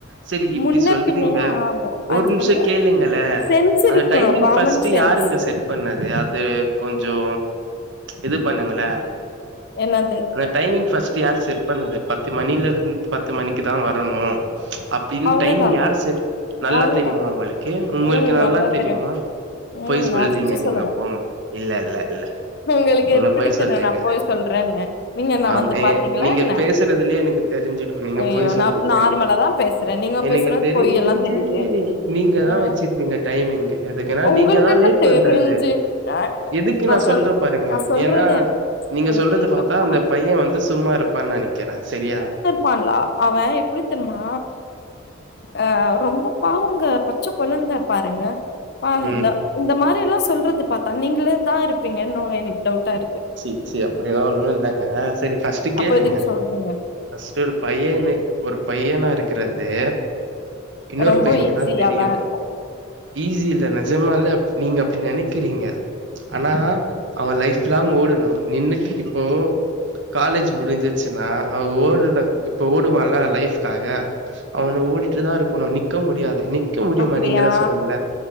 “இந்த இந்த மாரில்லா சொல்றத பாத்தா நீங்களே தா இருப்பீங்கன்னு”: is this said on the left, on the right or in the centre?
Left